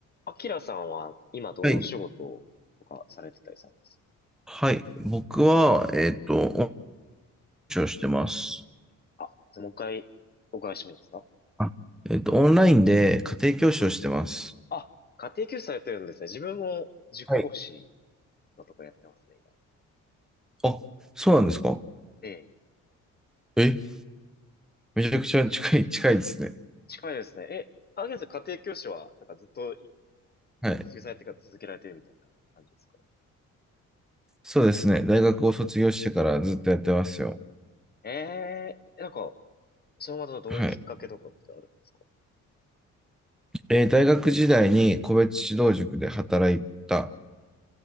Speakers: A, on the left; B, in the centre.
A: アキラさんは今どういうお仕事とかされてたりされます
B: はい。はい。僕は、えっと、恩師をしてます。
A: あ、もう一回お伺いしてもいいですか
B: あえっと、オンラインで家庭教師をしてます。
A: えあ、家庭教師されてるんですね。自分も塾講師
B: はい
A: のとこやってますね、今。
B: あ、そうなんですか
A: ええ、
B: え、めちゃくちゃ近い、<laughs> 近いですね。
A: 近いですね。え、アキラさん家庭教師は、なんかずっと
B: はい。
A: 卒業されてから続けられてるみたいな感じですか
B: そうですね。大学を卒業してからずっとやってますよ。
A: ええ、なんか、それまたどういうきっかけとかってあるんですか
B: はい。えー大学時代に個別指導塾で働いた